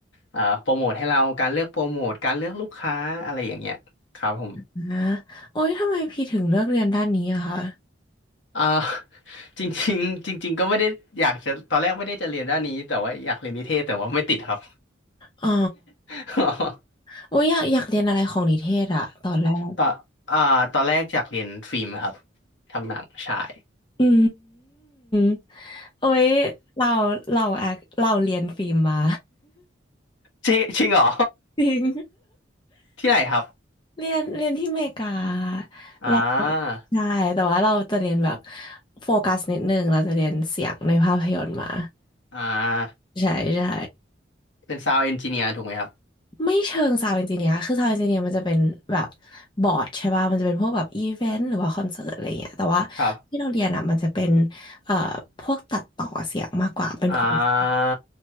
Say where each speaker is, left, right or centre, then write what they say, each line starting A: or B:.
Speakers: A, on the left; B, on the left.
A: อ่าโปรโมทให้เราการเลือกโปรโมทการเลือกลูกค้าอะไรอย่างเงี้ยครับผม
B: ๆนะโอ้ยทำไมพี่ถึงเลือกเรียนด้านนี้อะคะ
A: อ่า <laughs> จริงๆจริงๆก็ไม่ได้อยากจะตอนแรกไม่ได้จะเรียนด้านนี้แต่ว่าอยากเรียนนิเทศแต่ว่าไม่ติดครับ
B: อ๋อ
A: <laughs>
B: โอ้ยอยากอยากเรียนอะไรของนิเทศอะตอนแรก
A: ตอนอ่าตอนแรกอยากเรียนฟิล์มครับทำหนังใชาย
B: อืมโอ้ยเราเราแอคเราเรียนฟิล์มมา
A: จริงจริงเหรอ
B: <laughs> จริง
A: ที่ไหนครับ
B: เรียนเรียนที่อเมริกา
A: อ่า
B: เราใช่แต่ว่าเราจะเรียนแบบโฟกัสนิดนึงเราจะเรียนเสียงในภาพยนตร์มา
A: อ่า
B: ใช่ใช่
A: เป็นซาว n d เอนจิเนียร์ถูกไหมครับ
B: ไม่เชิงซาวด์เอนจิเนียร์คือซาวด์เอนจิเนียร์มันจะเป็นแบบบอร์ดใช่ป่ะมันจะเป็นพวกแบบอีเวนต์หรือว่าคอนเสิร์ตอะไรเงี้ยแต่ว่าที่เราเรียนอ่ะมันจะเป็น
A: ครับ
B: เอ่อพวกตัดต่อเสียงมากกว่า เป็นโพสต์
A: อ่า